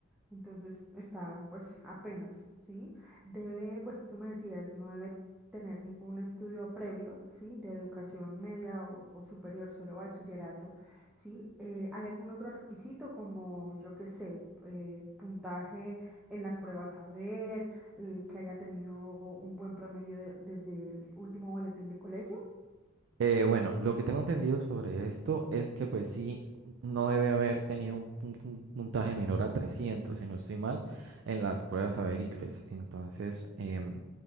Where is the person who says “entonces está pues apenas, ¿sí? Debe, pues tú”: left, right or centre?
Centre